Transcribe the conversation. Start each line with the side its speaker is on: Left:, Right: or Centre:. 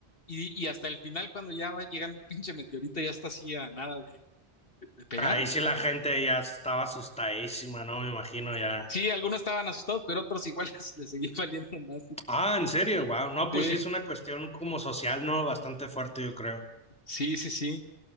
Left: Y, y hasta el final, cuando ya va llegando el pinche meteorito, ya está así a nada de, de- de pegar.
Centre: Ahí sí la gente ya estaba asustadísima, ¿no? Me imagino ya.
Left: Sí, algunos estaban asustados, pero otros igual <laughs> les, les seguía valiendo más.
Centre: Ah, en serio, wow. No,
Left: Sí.
Centre: pues sí es una cuestión como social, ¿no? Bastante fuerte, yo creo.
Left: Sí, sí, sí.